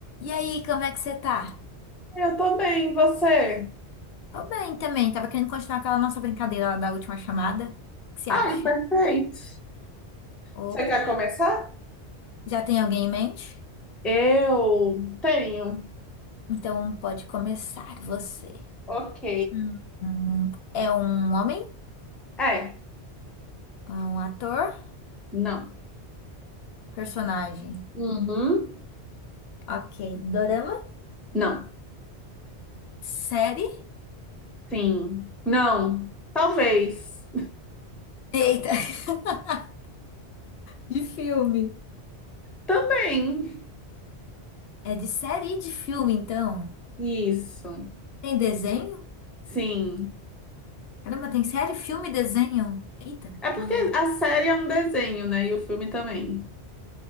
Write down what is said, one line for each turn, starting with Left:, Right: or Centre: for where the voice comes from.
Left: E aí, como é que você tá?
Centre: Eu também, você?
Left: Tô bem também. Tava querendo continuar aquela nossa brincadeira lá da última chamada. O que você
Centre: Ai,
Left: acha?
Centre: perfeito.
Left: Opa.
Centre: Você quer começar?
Left: Já tem alguém em mente?
Centre: Eu tenho.
Left: Então pode começar você.
Centre: Ok.
Left: Hum. Hum, É um homem?
Centre: É,
Left: É Um ator?
Centre: não,
Left: Personagem?
Centre: Uhum.
Left: Ok. Dorama?
Centre: não,
Left: Série?
Centre: Sim. Não. talvez.
Left: Eita. <laughs> De filme.
Centre: Também.
Left: É de série e de filme, então.
Centre: Isso.
Left: Tem desenho?
Centre: Sim.
Left: Caramba, tem série, filme e desenho. Eita.
Centre: É porque
Left: Hum,
Centre: a série é um desenho, né? E o filme também.